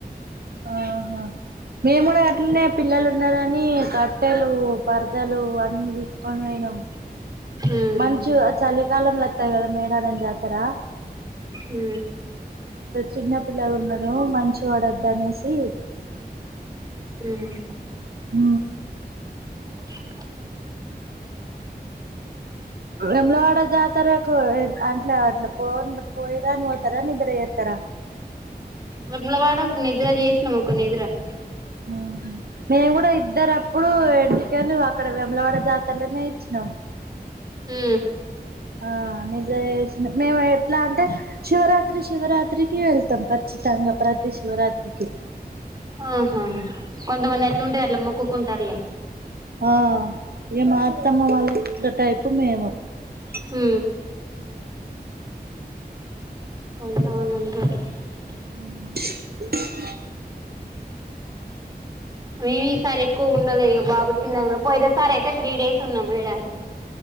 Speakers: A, on the right; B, on the right.
A: ఆహా మేము కూడా అట్లనే పిల్లలు ఉన్నరని కట్టెలు పరదలు అన్నీ తీసుకొని పోయినాం
B: ఉమ్
A: మంచు చలికాలం లతయి కదా మేడారం జాతరా
B: ఊ
A: చిన్న పిల్లలు ఉన్నారు మంచు వడద్దు అనేసి
B: ఉమ్
A: ఊ
B: <inaudible>
A: వేములవాడ జాతారకు అట్ల అట్ల పోను పోయరాను పోతరా నిద్ర చే తర
B: వేములవాడ కు నిద్ర చేసినము ఒక నిద్ర <inaudible>
A: ఊహు మేము కూడా ఇద్దరు అప్పుడు ఎంటికలు అక్కడ వేమలవాడ జాతరలోనే ఇచ్చినాం
B: ఊ
A: ఆ నిద యేష్ణ మేము ఎట్లా అంటే శివరాత్ తి శివరాత్రికి వెల్ తంకా <unintelligible> చితాంగ ప్రతి శివరాత్రి కి
B: ఆహా కొంతమంది ఎట్లుంటది అట్లా మొక్కుకు సర్లే
A: ఆ ఏ మా అత్తమ్మ వాళ్ళ ఇట్ల టైప్ పత్త మేము <unintelligible>
B: హ పోతమ ఎం కాక <unintelligible>
A: అ
B: మేమి ఈ సారి ఎక్కువ ఉండలె ఇక బాబు చిన్న పోయిన సారి అయితే త్రీ డేస్ ఉన్నాం మేడారం